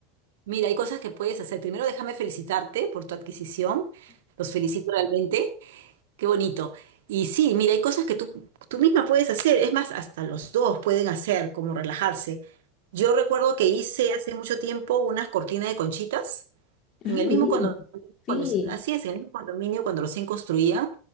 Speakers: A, on the right; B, on the left.
A: Mira, hay cosas que puedes hacer. Primero, déjame felicitarte por tu adquisición. Los felicito realmente. Qué bonito. Y sí, mira, hay cosas que tú, tú misma puedes hacer, es más, hasta los dos pueden hacer, como relajarse. Yo recuerdo que hice hace mucho tiempo unas cortinas de conchitas
B: Ah,
A: en el mismo
B: lindo.
A: condominio,
B: Sí,
A: cuando, así es, en el mismo condominio, cuando recién construían,